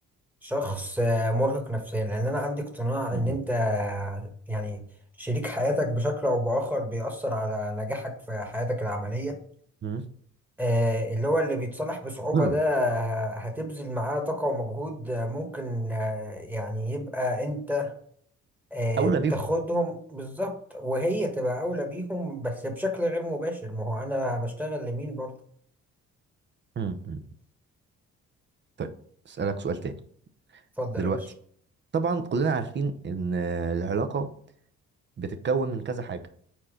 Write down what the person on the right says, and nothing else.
م-
م-
م.
اولى بيهم
م- م. طيب اسالك سؤال تاني
دلوقتي
طبعا كلنا عارفين ان العلاقه بتتكون من كذا حاجة